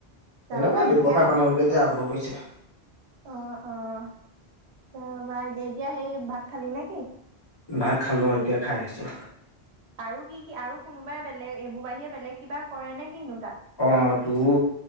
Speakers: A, on the right; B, on the left.
A: তাৰপা
B: তেনেকুৱা ব্যৱসায়
A: এতিয়া
B: মানুহকে এতিয়া আৰম্ভ কৰিছে।
A: অ', অ'তাৰপা এতি এতিয়া সেই ভাত খালি নে কি?
B: ভাত খালোঁ এতিয়া খাই আহিছোঁ।
A: আৰু কি, কি আৰু কোনোবাই বেলেগ এইবোৰ বাহিৰে বেলেগ কিবা কৰে নে কিনো তাত?
B: অ', তোৰ